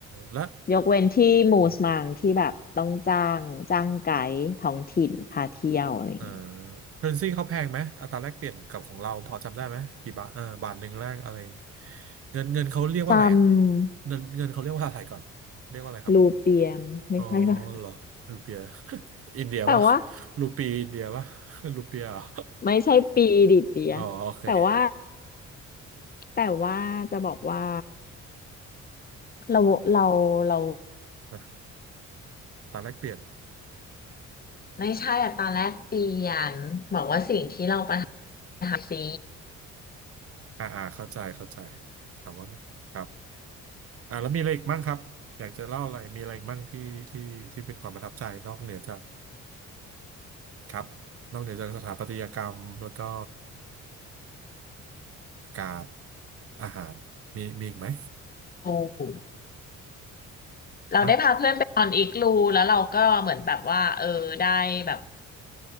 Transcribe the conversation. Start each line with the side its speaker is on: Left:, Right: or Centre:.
Right: แล้ว
Left: ยกเว้นที่มูสมังที่แบบต้องจ้างจ้างไกด์ท้องถิ่นพาเที่ยวอะไรเงี้ย
Right: อืม เออ currency เขาแพงไหมอัตราแลกเปลี่ยนกับของเราพอจำได้ไหมกี่บาทเออบาทหนึ่งแลกอะไรเงินเงินเขาเรียกว่าอะไรอ่ะ
Left: จ
Right: เงินเงินเขาเรียกว่าอะไรก่อนเรียกว่าอะไรครับ
Left: ำลูเปียมไม่ใช่ป่ะ
Right: อ๋อเหรอรูเปีย <laughs> อินเดียป่ะ
Left: แต่ว่า
Right: รูปีอินเดียป่ะ <laughs> รูเปียเหรอ
Left: ไม่ใช่ปีดิเปีย
Right: <laughs> อ๋อโอเค
Left: แต่ว่าแต่ว่าจะบอกว่าเราเราเรา
Right: อ่ะอัตราแลกเปลี่ยน
Left: ไม่ใช่อะตอนแรกเปลี่ยนบอกว่าสิ่งที่เราประทับใจซี
Right: อ่าอ่าเข้าใจเข้าใจถามว่าครับอ่าแล้วมีอะไรอีกบ้างครับอยากจะเล่าอะไรมีอะไรอีกมั่งที่ที่ที่เป็นความประทับใจนอกเหนือจากครับนอกเหนือจากสถาปัตยกรรมแล้วก็อากาศ อาหารมีมีอีกไหม
Left: รูเราได้พาเพื่อนไปนอนอีกรูแล้วเราก็เหมือนแบบว่าเออได้แบบ
Right: ฮะ